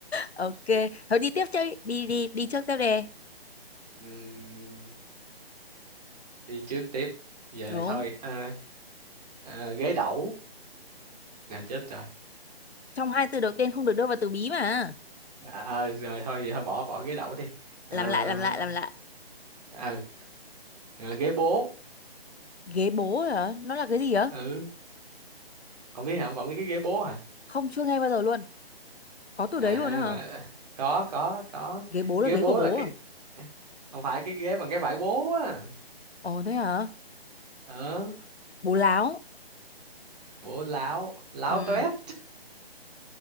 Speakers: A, on the left (about 85°); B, on the right (about 40°).
A: ok thôi đi tiếp chơi đi đi đi trước tiếp đề
B: Ừm, đi trước tiếp giờ
A: đúng
B: thôi à, à, ghế đẩu nè chết rồi
A: trong hai từ đầu tiên không được đưa vào từ bí mà
B: à, à, rồi thôi vậy thôi bỏ bỏ ghế đẩu đi à,
A: làm lại làm lại làm lại
B: à, à, ghế bố
A: ghế bố hả nó là cái gì á
B: ừ không biết hả không biết cái ghế bố hả
A: không chưa nghe bao giờ luôn có từ
B: à
A: đấy luôn á hả
B: có có có
A: ghế bố
B: ghế
A: là ghế
B: bố
A: của bố
B: là cái
A: à
B: không phải cái ghế bằng cái vải bố á
A: ồ thế hả
B: ờ
A: bố láo
B: bố láo láo
A: ừ.
B: toét